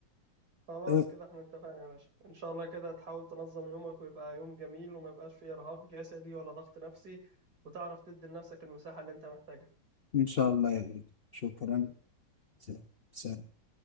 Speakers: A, on the right; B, on the left.
A: خلاص
B: أه،
A: كده احنا اتفقنا يا باشا ان شاء الله كده تحاول تنظم يومك ويبقى يوم جميل وما يبقاش فيه ارهاق جسدي ولا ضغط نفسي وتعرف تدي لنفسك المساحة اللي انت محتاجها
B: إن شاء الله يا غالي. شكرا سلام سلام.